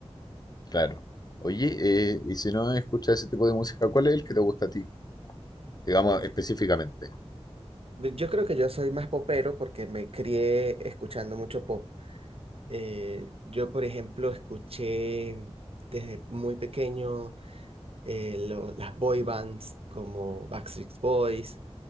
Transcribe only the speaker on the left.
Claro. Oye, eh, y si no escuchas ese tipo de música, ¿cuál es el que te gusta a ti? Digamos,
específicamente.